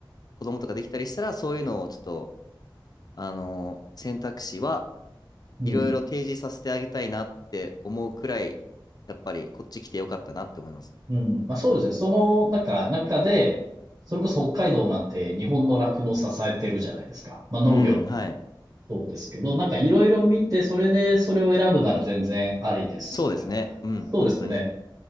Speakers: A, on the left (about 50°); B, on the right (about 45°).
A: 子供とかできたりしたら、そういうのをちょっと、あのー選択肢は
B: うん。
A: いろいろ提示させてあげたいなって思うくらい、やっぱりこっち来てよかったなって思いますね。
B: うん。まあ、そうですね。その、中中で、それこそ北海道なんて日本の酪農を支えてるじゃないですか。まあ、農業も
A: うん、はい。
B: そうですけど、なんかいろいろ見て、それでそれを選ぶなら全然ありですよね。
A: そうですね。うん、
B: そうですよね。
A: 本当に。